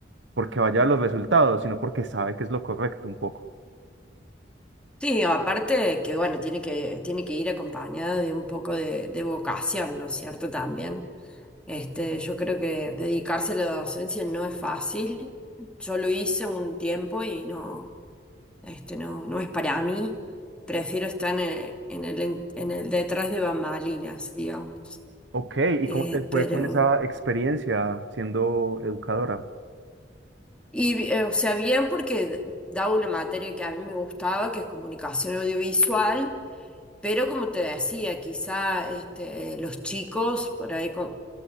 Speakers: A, on the right; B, in the centre.
A: porque vaya a los resultados, sino porque sabe que es lo correcto un poco.
B: Sí, aparte que bueno, tiene que, tiene que ir acompañada de un poco de, de vocación, ¿no es cierto? También. Este, yo creo que dedicarse a la docencia no es fácil. Yo lo hice un tiempo y no, este, no, no es para mí. Prefiero estar en el, en el, en el detrás de bambalinas, digamos.
A: Ok, ¿y cómo
B: Eh,
A: te fue
B: pero.
A: con esa experiencia siendo educadora?
B: Y, eh, o sea, bien porque daba una materia que a mí me gustaba, que es comunicación audiovisual, pero como te decía, quizá este, los chicos, por ahí con-